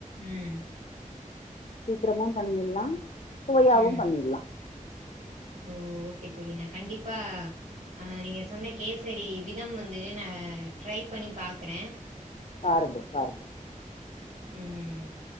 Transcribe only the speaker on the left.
சீக்கிரமு பண்ணில்லா சுவையாவு
பண்ணில்லா
பாருங்க பாருங்க